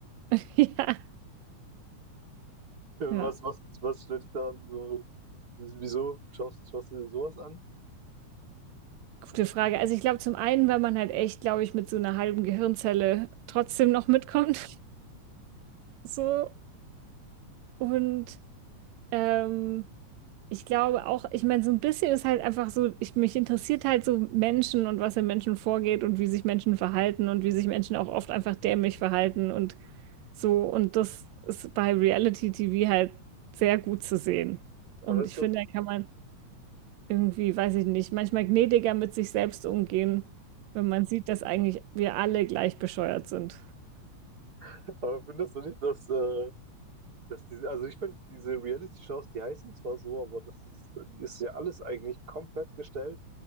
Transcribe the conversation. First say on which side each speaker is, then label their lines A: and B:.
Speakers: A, on the right (about 75°); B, on the right (about 35°).
A: <laughs> ja,
B: Ja,
A: ja.
B: Was, was, was stört dich daran so? Wieso schaust, schaust du dir sowas an?
A: Gute Frage. Also ich glaube zum einen, weil man halt echt, glaube ich, mit so einer halben Gehirnzelle trotzdem noch mitkommt. <laughs> So. Und Ähm, ich glaube auch, ich meine, so ein bisschen ist halt einfach so, ich, mich interessiert halt so Menschen und was in Menschen vorgeht und wie sich Menschen verhalten und wie sich Menschen auch oft einfach dämlich verhalten und so. Und das ist bei Reality-TV halt sehr gut zu sehen. Und
B: Aber ist
A: ich
B: das,
A: finde, da kann man irgendwie, weiß ich nicht, manchmal gnädiger mit sich selbst umgehen, wenn man sieht, dass eigentlich wir alle gleich bescheuert sind.
B: <laughs> aber findest du nicht, dass, äh, dass diese, also ich finde, diese Reality-Shows, die heißen zwar so, aber das ist, ist ja alles eigentlich komplett gestellt.